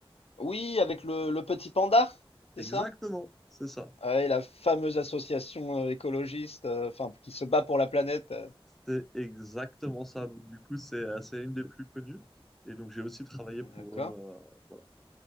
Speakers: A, on the left; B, in the centre.
A: oui, avec le, le petit panda, c'est
B: Exactement,
A: ça?
B: c'est ça.
A: Ah et la fameuse association euh, écologiste, euh, enfin, qui se bat pour la planète. euh.
B: C'est exactement ça. Donc, du coup, c'est euh, c'est une des plus connues. Et donc, j'ai aussi travaillé pour
A: D'accord.
B: eux. euh, voilà.